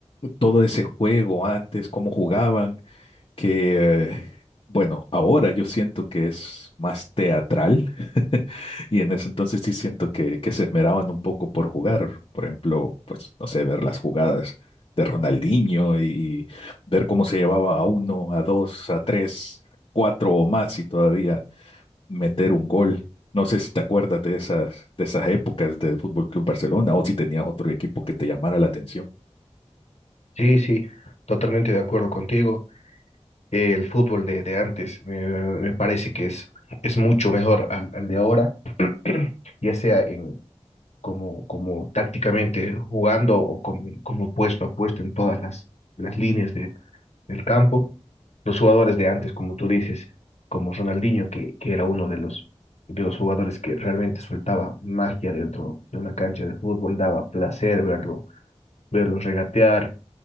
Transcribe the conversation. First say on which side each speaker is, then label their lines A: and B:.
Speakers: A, on the left; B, on the left.
A: todo ese juego antes, cómo jugaban, que eh, bueno, ahora yo siento que es más teatral <laughs> y en ese entonces sí siento que, que se esmeraban un poco por jugar, por ejemplo, pues no sé, ver las jugadas de Ronaldinho y, y ver cómo se llevaba a uno, a dos, a tres, cuatro o más y todavía meter un gol. No sé si te acuerdas de esas, de esas épocas del Fútbol Club Barcelona o si tenías otro equipo que te llamara la atención.
B: Sí, sí, totalmente de acuerdo contigo. Eh, El fútbol de, de antes me, me parece que es, es mucho mejor al, al de ahora, <clears throat> ya sea en, como, como tácticamente jugando o como, como puesto a puesto en todas las, las líneas de- del campo. Los jugadores de antes, como tú dices, como Ronaldinho, que, que era uno de los, de los jugadores que realmente soltaba magia dentro de una cancha de fútbol, daba placer verlo, verlo regatear